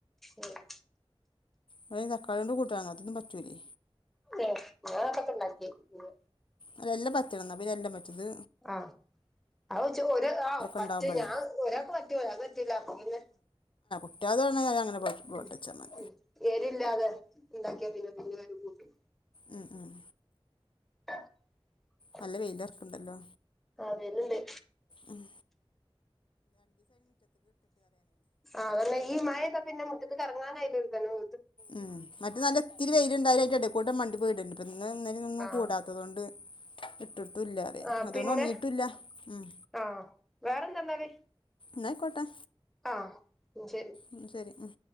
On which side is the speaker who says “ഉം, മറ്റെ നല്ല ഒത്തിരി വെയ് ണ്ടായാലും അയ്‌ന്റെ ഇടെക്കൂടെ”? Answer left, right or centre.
Left